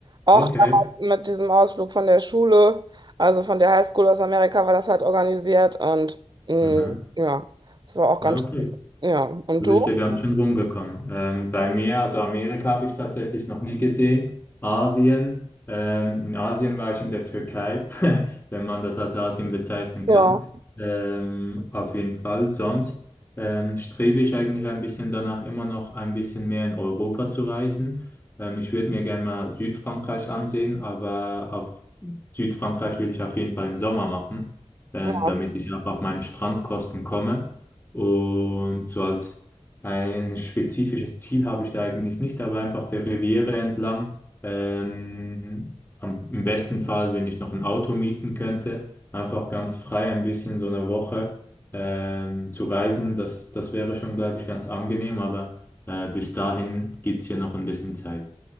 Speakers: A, on the right (about 40°); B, on the left (about 20°).
A: Auch
B: okay.
A: damals mit diesem Ausflug von der Schule, also von der Highschool aus Amerika war das halt organisiert und mh,
B: Mhm.
A: ja, das war auch ganz,
B: Ja, okay.
A: schön. ja. Und
B: Du
A: du?
B: bist ja ganz schön rumgekommen. Ähm, bei mir, also Amerika habe ich tatsächlich noch nie gesehen. Asien, ähm, in Asien war ich in der Türkei, <laughs> wenn man das als Asien bezeichnen kann.
A: Ja,
B: Ähm, auf jeden Fall. Sonst ähm, strebe ich eigentlich ein bisschen danach, immer noch ein bisschen mehr in Europa zu reisen. Ähm, ich würde mir gerne mal Südfrankreich ansehen, aber auf Südfrankreich will ich auf jeden Fall im Sommer machen, ähm,
A: ja,
B: damit ich auch auf meine Strandkosten komme. Und so als ein spezifisches Ziel habe ich da eigentlich nicht, aber einfach der Riviera entlang. Ähm, am, im besten Fall, wenn ich noch ein Auto mieten könnte, einfach ganz frei ein bisschen so eine Woche ähm, zu reisen. Das, das wäre schon, glaube ich, ganz angenehm, aber äh, bis dahin gibt es ja noch ein bisschen Zeit.